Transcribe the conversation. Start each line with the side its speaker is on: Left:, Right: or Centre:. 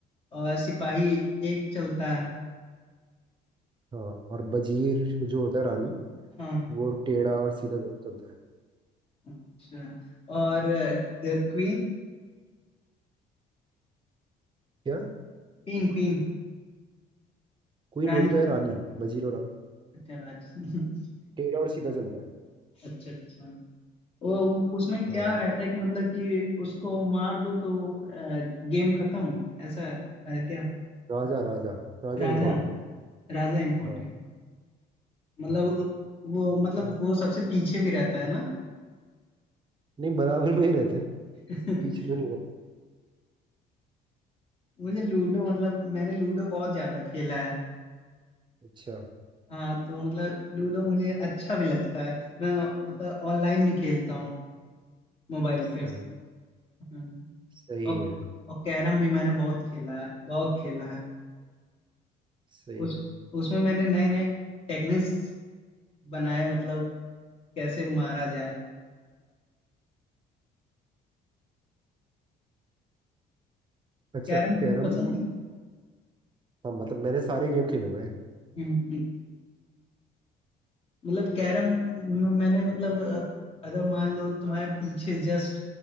Left: और सिपाही एक चलता है
Right: हाँ और बजीर जो होता है रानी
Left: हाँ
Right: वो टेढ़ा और सीधा दोनों चलता है
Left: अच्छा और क्वीन
Right: क्या
Left: क्वीन क्वीन
Right: क्वीन
Left: रानी
Right: वही तो है रानी बजीर और रानी
Left: अच्छा राज <laughs>
Right: टेढ़ा और सीधा चलता है
Left: अच्छा अच्छा वो उसमें क्या
Right: हाँ
Left: रहता है कि मतलब कि उसको मार दो तो गेम खत्म ऐसा है क्या
Right: राजा राजा राजा
Left: राजा
Right: इम्पोर्टेंट है
Left: राजा इम्पोर्टेंट
Right: हाँ
Left: मतलब
Right: हाँ।
Left: वो मतलब वो सबसे पीछे भी रहता है ना
Right: नहीं बराबर में ही रहते हैं
Left: <laughs>
Right: पीछे तो नहीं रहते
Left: मुझे लूडो मतलब मैंने लूडो बहुत ज्यादा खेला है
Right: अच्छा
Left: हाँ तो मतलब लूडो मुझे अच्छा भी लगता है मैं मतलब ऑनलाइन भी खेलता हूँ मोबाइल
Right: सही
Left: पे हम्म,
Right: सही
Left: और
Right: है
Left: और कैरम भी मैंने बहुत खेला है बहुत खेला है
Right: सही
Left: उस
Right: है
Left: उसमें मैंने नए नए टेक्निक्स बनाए मतलब कैसे मारा जाए
Right: अच्छा
Left: कैरम तुम्हें
Right: कैरम
Left: पसंद
Right: तुम
Left: है
Right: हाँ मतलब मैंने सारे गेम खेले हुए हैं
Left: हम्म, मतलब कैरम में मैंने मतलब अ, अगर मान लो तुम्हारे पीछे जस्ट